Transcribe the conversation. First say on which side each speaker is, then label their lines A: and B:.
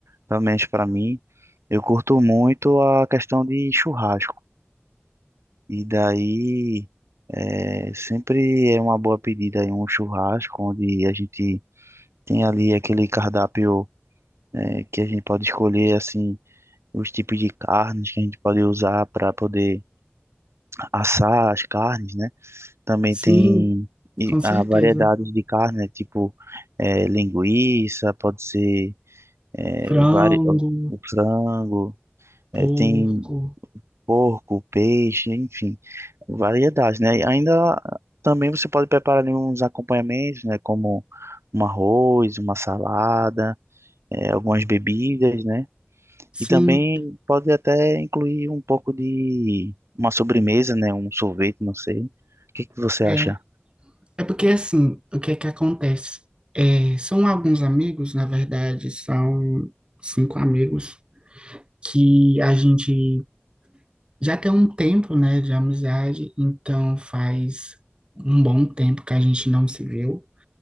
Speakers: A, on the right; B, on the right.
A: pelo menos para mim, eu curto muito a questão de churrasco. E daí é, sempre é uma boa pedida aí um churrasco onde a gente tem ali aquele cardápio é, que a gente pode escolher assim os tipos de carnes que a gente pode usar para poder assar as carnes, né? Também
B: Sim,
A: tem e-
B: com certeza.
A: a variedades de carne, né? tipo é, linguiça, pode ser é,
B: Frango,
A: vari... o frango,
B: porco,
A: é, tem porco, peixe, enfim, variedades, né? E ainda também você pode preparar ali uns acompanhamentos, né? Como um arroz, uma salada, eh, algumas bebidas, né?
B: sim,
A: E também pode até incluir um pouco de uma sobremesa, né? Um sorvete, não sei. O que que você
B: é.
A: acha?
B: É porque assim, o que é que acontece? É, são alguns amigos, na verdade, são cinco amigos que a gente Já tem um tempo, né, de amizade, então faz um bom tempo que a gente não se viu.